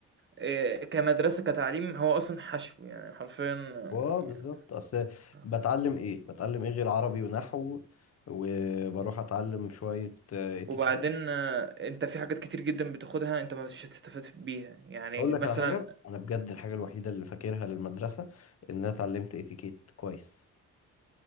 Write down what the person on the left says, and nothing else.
اه
بالظبط اصل
بتعلم ايه بتعلم ايه غير عربي ونحو وبروح اتعلم شويه آه، اتيكيت
اقول لك
على حاجه انا بجد الحاجه الوحيده اللي فاكرها للمدرسه ان انا اتعلمت اتيكيت كويس